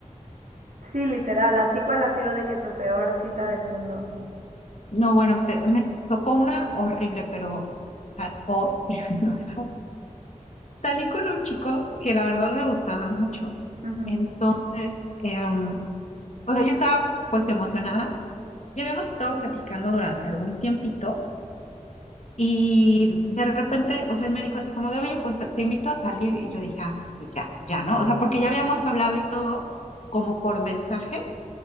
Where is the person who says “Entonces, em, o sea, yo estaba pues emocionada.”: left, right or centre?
Left